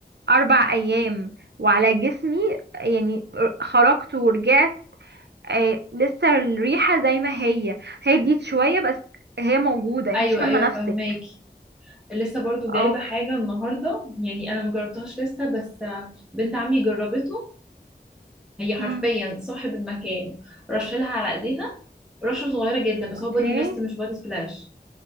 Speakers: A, on the right; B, in the centre.
A: اربع ايام وعلى جسمي يعني ر- خرجت ورجعت آه لسه الريحة زي ما هي هديت شوية بس هي موجودة انت
B: ايوه
A: شامة
B: ايوه
A: نفسك
B: فهماكي لسه برضو
A: اه
B: جايبه حاجه النهارده يعني انا مجربتهاش لسه بس بنت عمي جربته هي حرفيا
A: امم
B: صاحب المكان رشلها على ايديها رشه صغيره جدا بس
A: اوكي
B: هو بودي ميست مش بودي سبلاش